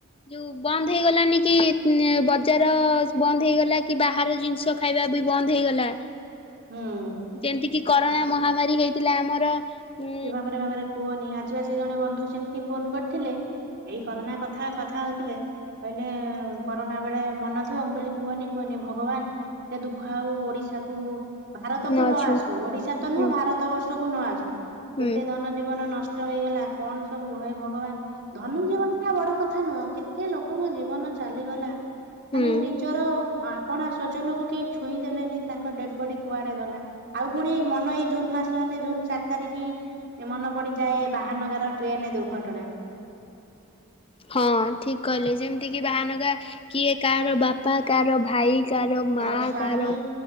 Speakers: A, on the left; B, on the right.
A: ଯୋଉ ବନ୍ଦ ହେଇଗଲାନି କି ଉଁ ବଜାର ବନ୍ଦ ହେଇଗଲା କି କି ବାହାର ଜିନିଷ ଖାଇବା ବି ବନ୍ଦ ହେଇଗଲା।
B: ହୁଁ।
A: ଯେମିତି କିି କରୋନା ମହାମାରୀ ହେଇଥିଲା ଆମର ଉଁ
B: ଏ ବାବାରେ ବାବାରେ କୁହନି, ଆଜିିବା ସେ ଜଣେ ବନ୍ଧୁ ସେମତି ଫୋନ କରିଥିଲେ ଏଇ କରୋନା କଥା କଥା ହଉଥିଲେ, କହିଲେ କରୋନା ବେଳେ ମନ ଥିବ। ମୁଁ କହିଲି କୁହନି କୁହନି ଭଗବାନ ସେ ଦୁଃଖ ଆଉ ଓଡିଶାକୁ ଭାରତ କୁ
A: ନଛୁ
B: ନ ଆସୁ। ଓଡିଶା ତ ନୁହଁ
A: ହୁଁ
B: ଭାରତ ବର୍ଷକୁ ନ ଆସୁ
A: ହୁଁ
B: କେତେ ଧନ ଜୀବନ ନଷ୍ଟ <inaudible> ହେଇଗଲା କଣ ସବୁ ହେ ଭଗବାନ। ଧନୁ ଜୀବନଟା ବଡ କଥା ନୁହଁ କେତେ ଲୋକଙ୍କ ଜୀବନ ଚାଲିଗଲା। ମାନେ
A: ହୁଁ
B: ନିଜର ଆପଣା ସ୍ଵଜନକୁ କେହି ଛୁଇଁ ଦେଲେନି ତାଙ୍କ ଡେଡ ବଡି କୁଆଡେ ଗଲା। ଆଉ ପୁଣି ମନ ଏଇ ଜୁନ ମା ମାସ ହେଲେ ଜୁନ ଚାରି ତାରିଖ ଏ ମନେ ପଡିଯାଏ ବାହାନଗାର ଟ୍ରେନ ଦୁର୍ଘଟଣା।
A: ହଁ ଠିକ କହିଲେ ଯେମିତିକି ବାହାନଗା କିଏ କାହାର ବାପା କାହାର ଭାଇ- କାର ମା
B: ଯାହାର ସ୍ଵାମୀ
A: କାହାର